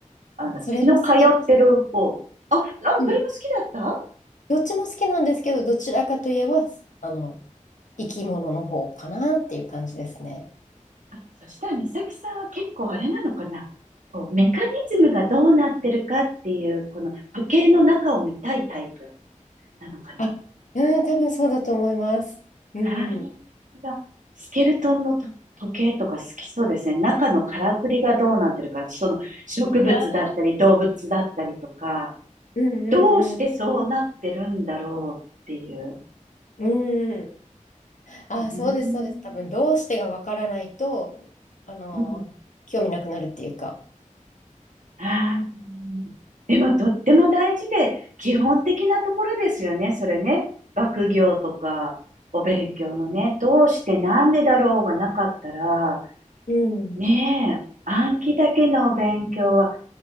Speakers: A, on the right (about 70°); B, on the left (about 70°).
A: あの、
B: それも好きです。
A: 血の通ってる方。あ、あ、
B: うん。
A: それも好きだった
B: どっちも好きなんですけど、どちらかといえば、あの、生き物の方かなっていう感じですね。
A: あそしたら、美咲さんは結構あれなのかなこう、メカニズムがどうなってるかっていう、この時計の中を見たいタイプなのかな
B: あ、うん、多分そうだと思います。うん。
A: ああスケルトンのと時計とか好きそうですね。中のからくりがどうなってるか、その植物だったり動物だったりとか、
B: はいうんうんう
A: どうしてそうなってるんだろうっていう。
B: ん。うん。ああ、
A: うーん。
B: そうです、そうです。多分、どうしてがわからないと、あの、
A: うん
B: 興味なくなるっていうか。
A: <laughs> あーでもとっても大事で、基本的なところですよね、それね。学業とか、お勉強のね、どうしてなんでだろうがなかったら、
B: うん。
A: ねえ、暗記だけのお勉強は、